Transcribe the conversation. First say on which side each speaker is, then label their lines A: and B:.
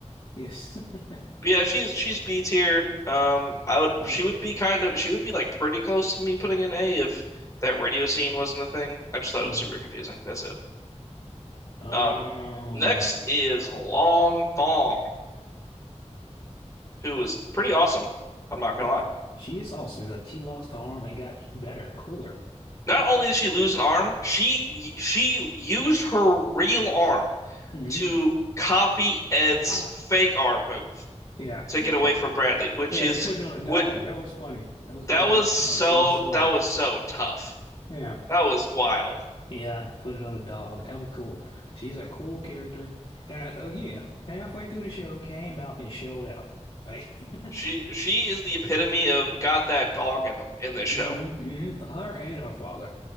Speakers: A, on the left (about 50°); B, on the left (about 30°).
A: Yes. <laughs>
B: But yeah, she's she's B tier. Um, I would
A: Uh,
B: she would be kind of she would be like pretty close to me putting in A if that radio scene wasn't a thing. I just thought
A: mhm.
B: it was super confusing. That's it.
A: Um,
B: Um, next is Long Thong, who is pretty awesome. I'm not
A: yeah,
B: gonna lie.
A: she is awesome. Like she lost the arm and got better, cooler.
B: Not only did she lose an arm, she she used her real arm
A: hmm
B: to copy Ed's
A: Ah,
B: fake arm move
A: yeah.
B: to
A: <laughs>
B: get away from Bradley, which
A: Yeah,
B: is
A: they put it on a dog.
B: what
A: That was funny. That was cool.
B: that was
A: That was
B: so
A: smart. That was smart.
B: that was so tough.
A: Yeah.
B: That was wild.
A: Yeah, put it on a dog. That was cool. She's a cool character. And uh, again, halfway through the show, came out and showed out. Right? <laughs>
B: She she is the epitome of got that dog in them in this show.
A: hmm hmm Her and her father.